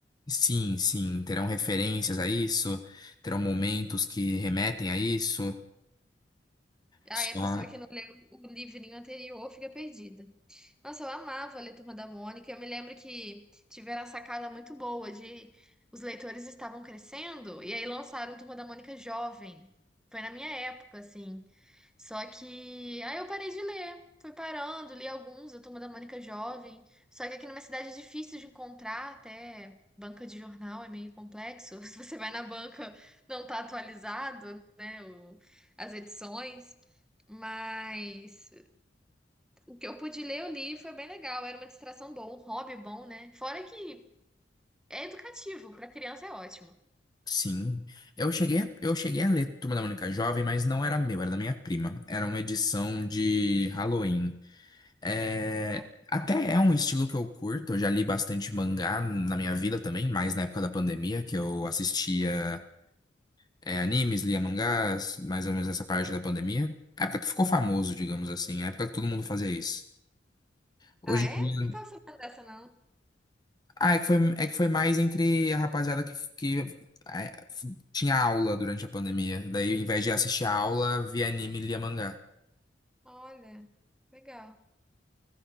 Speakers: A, on the left; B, in the centre.
A: Sim, sim, terão referências a isso, terão momentos que remetem a isso.
B: Aí
A: Só,
B: a pessoa que não leu o livrinho anterior fica perdida. Nossa, eu amava ler Turma da Mônica. Eu me lembro que tiveram a sacada muito boa de os leitores estavam crescendo e aí lançaram Turma da Mônica jovem. Foi na minha época, assim. Só que aí eu parei de ler. Fui parando, li alguns da Turma da Mônica jovem. Só que aqui na minha cidade é difícil de encontrar até banca de jornal, é meio complexo. <laughs> Se você vai na banca, não tá atualizado, né, o- as edições. Mas o que eu pude ler, eu li e foi bem legal. Era uma distração boa, um hobby bom, né? Fora que é educativo, para criança é ótimo.
A: sim. Eu cheguei, a- eu cheguei a ler Turma da Mônica Jovem, mas não era meu, era da minha prima. Era uma edição de Halloween. É,
B: Ah,
A: até é um estilo que eu curto, eu já li bastante mangá na minha vida também, mais na época da pandemia, que eu assistia. é, animes, lia mangás, mais ou menos nessa parte da pandemia. A época que ficou famoso, digamos assim, a época que todo mundo fazia isso. Hoje
B: Ah,
A: em
B: é?
A: dia.
B: Não tava sabendo dessa, não.
A: Ah, é que foi, é que foi mais entre a rapaziada que, que é, f- tinha aula durante a pandemia. Daí, ao invés de assistir a aula, via anime e lia mangá.
B: Olha, legal.